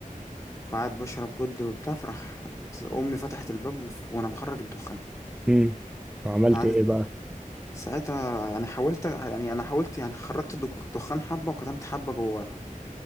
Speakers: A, on the left; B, in the centre.
A: فقعد بشرب بود وبتاع فراح امي فتحت الباب وف- وانا بخرج الدخان
B: امم وعملت
A: قعدت
B: ايه بقى
A: ساعتها يعني حاولت يعني انا حاولت يعني خرجت الدك- دخان حبه وكتمت حبه جوه